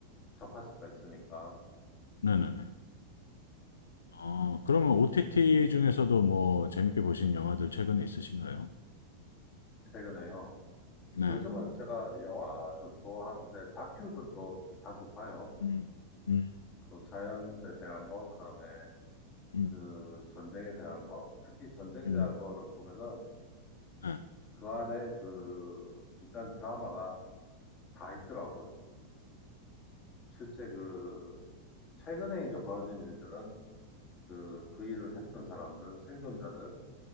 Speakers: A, on the left; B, on the left.
A: 접할 수가 있으니까
B: 네네네. 어, 그러면 OTT 중에서도 뭐 재밌게 보신 영화들 최근에 있으신가요?
A: 최근에요.
B: 네.
A: 요즘은 제가 영화도 좋아하는데 다큐도 또 자주 봐요.
B: 음, 음,
A: 그 자연에 대한 거, 그다음에
B: 음,
A: 그 전쟁에 대한 거, 특히 전쟁에
B: 음,
A: 대한 거를 보면은
B: 네,
A: 그 안에 그 인간 드라마가 다 있더라고요. 실제 그 최근에 이제 벌어진 일들은 그, 그 일을 했던 사람들, 생존자들,